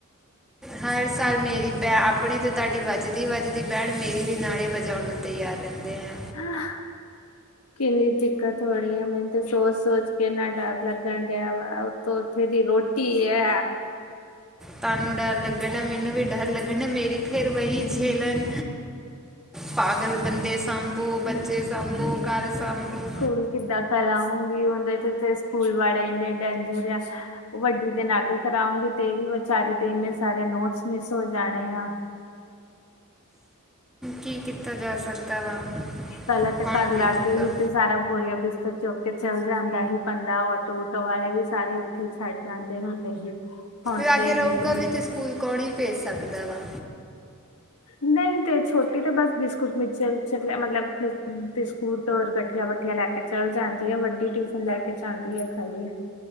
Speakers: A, in the centre; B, on the left.
A: ਹਰ ਸਾਲ ਮੇਰੀ ਬ ਆਪਣੀ ਤੇ ਤੁਹਾਡੀ ਵੱਜਦੀ ਵੱਜਦੀ ਬੈਂਡ ਮੇਰੀ ਵੀ ਨਾਲ ਹੀ ਵੱਜ ਜਾਣ ਨੂੰ ਤਿਆਰ ਰਹਿੰਦੇ ਆ।
B: ਹਾਂ ਕਿੰਨੀ ਦਿੱਕਤ ਹੋ ਰਹੀ ਆ ਮੈਨੂੰ ਤੇ ਸੋਚ- ਸੋਚ ਕੇ ਇੰਨਾ ਡਰ ਲੱਗਣ ਡਿਆ ਵਾ। ਤੇ ਉੱਥੇ ਦੀ ਰੋਟੀ ਏ।
A: ਤਾਨੂੰ ਡਰ ਲੱਗਣ ਮੈਨੂੰ ਵੀ ਡਰ ਲੱਗਣਾ ਮੇਰੀ ਫਿਰ ਵਹੀ ਝੇਲਣ ਪਾਗਲ ਬੰਦੇ ਸਾਂਭੋ ਬੱਚੇ ਸਾਂਭੋ ਘਰ ਸਾਂਭੋ।
B: ਹੁਣ ਕਿੱਦਾਂ ਕਲ ਆਊਗੀ ਉਂਦੇ ਤੇ -ਤੇ ਸਕੂਲ ਵਾਲੇ ਇੰਨੇ ਡੇਂਜਰ ਆ। ਉਹ ਵੱਡੀ ਦਿਨ ਆਗੇ ਕਰਾਉਂਗੀ ਤੇ ਇਹ ਵੀ ਵਿਚਾਰੀ ਦੇ ਇੰਨੇ ਸਾਰੇ ਨੋਟਸ ਮਿਸ ਹੋ ਜਾਣੇ ਆ।
A: ਕੀ ਕੀਤਾ ਜਾ ਸਕਦਾ ਵਾ।
B: ਪਹਿਲਾਂ ਤੇ
A: ਕੌਣ
B: ਘਰ ਲਾਗੇ
A: ਭੇਜੂਗਾ
B: ਹੀ ਤੇ ਸਾਰਾ ਬੋਰੀਆ ਬਿਸਤਰ ਚੁੱਕ ਕੇ ਚੱਲ ਜਾਂਦਾ ਸੀ ਬੰਦਾ ਆਟੋ ਓਟੋ ਵਾਲੇ ਵੀ ਸਾਰੇ ਉ ਤੇ ਛੱਡ ਜਾਂਦੇ ਹੁੰਦੇ ਸੀ। ਹੁਣ
A: ਲਾਗੇ
B: ਤੇ ਇੰਨੀ
A: ਰਹੂਗਾ
B: ਦੂਰ
A: ਵੀ ਤੇ ਸਕੂਲ ਕੌਣ ਹੀ ਭੇਜ ਸਕਦਾ ਵਾ।
B: ਨਹੀਂ ਤੇ ਛੋਟੀ ਤੇ ਬਸ ਬਿਸਕੁਟ ਮਿਕਚਰਰ ਮਤਲਬ ਬਿਸਕੁਟ ਔਰ ਗਟ ਮਠੀਆ ਮਠਆ ਲੈ ਕੇ ਚਲ ਜਾਂਦੀ ਹੈ ਵੱਡੀ ਟਿਫਨ ਲੈ ਕੇ ਜਾਂਦੀ ਹੈ ਖਾਲੀ